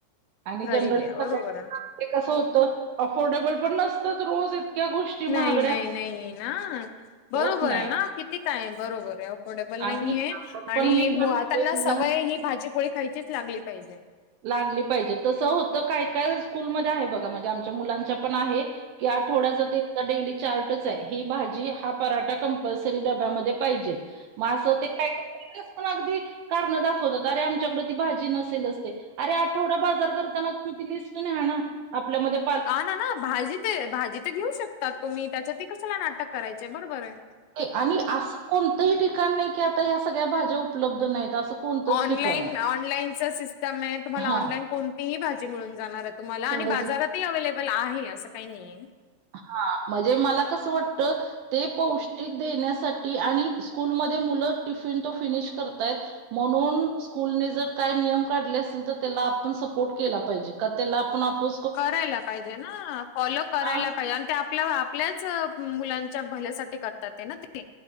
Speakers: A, on the right (about 75°); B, on the left (about 85°).
A: आणि
B: घरी
A: जनरली
B: द्या बरोबर
A: सगळ्यांना ते कसं होतं अफोर्डेबल पण नसतं रोज गोष्टी
B: नाही
A: महागड्या
B: नाही नाही ना बरोबर
A: होत नाही
B: आहे ना किती काय बरोबर आहे. अफोर्डेबल
A: आणि
B: नाहीय आहे
A: आपण पण
B: आणि
A: मी काय म्हणते
B: त्यांना
A: मुलां
B: सवय ही भाजीपोळी खायचीच लागली पाहिजे.
A: लागली पाहिजे तसं होतं काय काय स्कूलमध्ये आहे बघा म्हणजे आमच्या मुलांच्या पण आहे. की आठवड्याचं ते डेली चार्टच आहे ही भाजी हा पराठा कंपल्सरी डब्यामध्ये पाहिजेच. म असं ते काय काय पण अगदी कारणं दाखवतात, अरे आमच्याकडं ती भाजी नसेलच ते अरे आ थोडा बाजार करताना तुम्ही ती लिस्ट न्हाना आपल्यामध्ये
B: हा ना ना भाजी ते भाजी तर घेऊ शकतात, तुम्ही त्यासाठी कशाला नाटक करायचे बरोबर आहे.
A: आणि असं कोणतंही ठिकाण नाही की आता ह्या सगळ्या भाज्या उपलब्ध नाहीत असं कोणतंच
B: ऑनलाईन
A: ठिकाण नाही
B: ऑनलाईनच सिस्टम आहे, तुम्हाला
A: हा
B: ऑनलाईन कोणतीही भाजी मिळून जाणारच तुम्हाला आणि
A: सहज
B: बाजारातही अवे्लेबल आहे असं काही नाहीय.
A: हा म्हजे मला कसं वाटतं ते पौष्टिक देण्यासाठी आणि स्कूलमध्ये मुलं टिफिन तो फिनिश करतायत म्हणून स्कूल ने जर काय नियम काढले असतील तर त्याला आपण सपोर्ट केला पाहिजे का त्याला आपो
B: करायला पाहिजे ना फॉलो करायला
A: हां,
B: पाहिजे. ते आपल्या आपल्याच मुलांच्या भलेसाठी करतात ते ना तेनी.